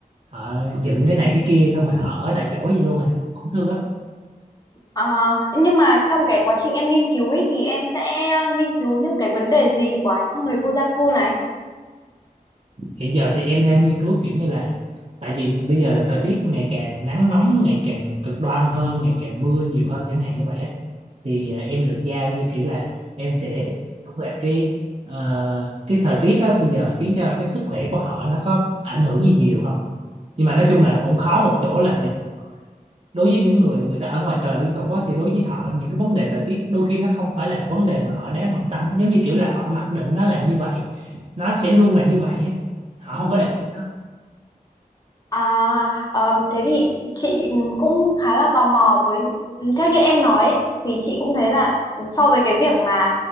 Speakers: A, on the right; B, on the left.
A: họ dựng cái này cái kia xong rồi họ ở tại chỗ gì luôn à cũng thương lắm
B: À, nhưng mà trong cái quá trình em nghiên cứu ấy thì em sẽ nghiên cứu những cái vấn đề gì của những người vô gia cư này?
A: hiện giờ thì em đang nghiên cứu kiểu như là tại vì bây giờ là thời tiết ngày càng nắng nóng ngày càng cực đoan hơn ngày càng mưa nhiều hơn chẳng hạn như vậy á thì à, em được giao như kiểu là em sẽ tìm hiểu về cái ờ, cái thời tiết á bây giờ khiến cho cái sức khỏe của họ nó có ảnh hưởng gì nhiều không nhưng mà nói chung là cũng khó một chỗ là tại vì đối với những người người ta ở ngoài trời liên tục á thì đối với họ những cái vấn đề thời tiết đôi khi nó không phải là vấn đề mà họ đáng bận tâm á. giống như kiểu là họ mặc định nó là như vậy nó sẽ luôn là như vậy á họ không có để ý
B: À, ờm, thế thì chị cũng khá là tò mò với theo như em nói ấy, thì chị cũng thấy là so với cái việc mà